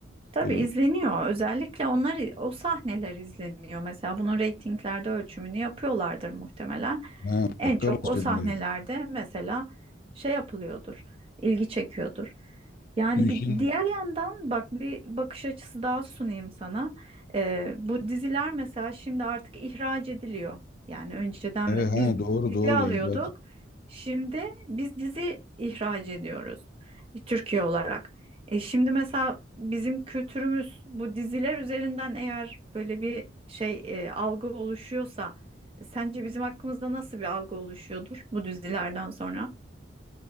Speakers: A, on the right; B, on the left.
A: Tabii
B: E,
A: izleniyor. Özellikle onlar o sahneler izleniyor. Mesela bunun reytinglerde ölçümünü yapıyorlardır muhtemelen.
B: ha,
A: En
B: dakika
A: çok
B: başında
A: o sahnelerde mesela şey yapılıyordur. ilgi çekiyordur. Yani
B: dün
A: bir
B: şimdi
A: diğer yandan bak bir bakış açısı daha sunayım sana. Ee, bu diziler mesela şimdi artık ihraç ediliyor. Yani önceden
B: evet, ha,
A: biz
B: doğru
A: dizi
B: doğru
A: alıyorduk.
B: ihraç.
A: Şimdi biz dizi ihraç ediyoruz e, Türkiye olarak. E, şimdi mesela bizim kültürümüz bu diziler üzerinden eğer böyle bir şey e, algı oluşuyorsa e, sence bizim hakkımızda nasıl bir algı oluşuyordur bu dizilerden sonra?